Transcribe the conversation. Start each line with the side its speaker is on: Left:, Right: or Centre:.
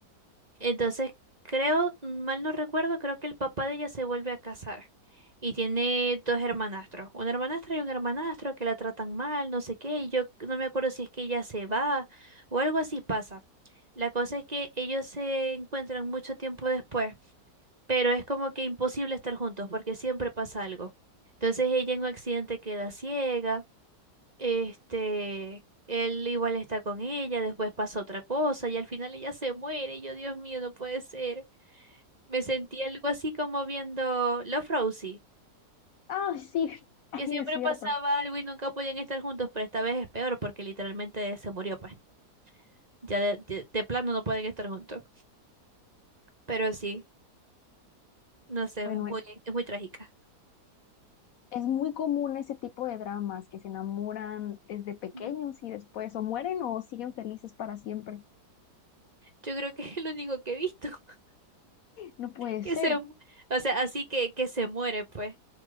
Right: Entonces, creo, mal no recuerdo, creo que el papá de ella se vuelve a casar y tiene dos hermanastros, una hermanastra y un hermanastro que la tratan mal, no sé qué, y yo no me acuerdo si es que ella se va o algo así pasa. La cosa es que ellos se encuentran mucho tiempo después, pero es como que imposible estar juntos porque siempre pasa algo. Entonces ella en un accidente queda ciega. Este, él igual está con ella, después pasa otra cosa y al final ella se muere. Y yo, Dios mío, no puede ser. Me sentí algo así como viendo Love Rosie,
Left: Ay, sí, <laughs> ay,
Right: que siempre
Left: es cierto.
Right: pasaba algo y nunca podían estar juntos, pero esta vez es peor porque literalmente se murió, pues. Ya de, de- de plano no pueden estar juntos. Pero sí, no sé,
Left: Bueno,
Right: es muy,
Left: e-
Right: es muy trágica.
Left: es muy común ese tipo de dramas que se enamoran desde pequeños
Right: Ujú.
Left: y después o mueren o siguen felices para siempre.
Right: Yo creo que es lo único que he visto <laughs>
Left: No puede
Right: que
Left: ser.
Right: se, mu- o sea, así que, que se muere, pues.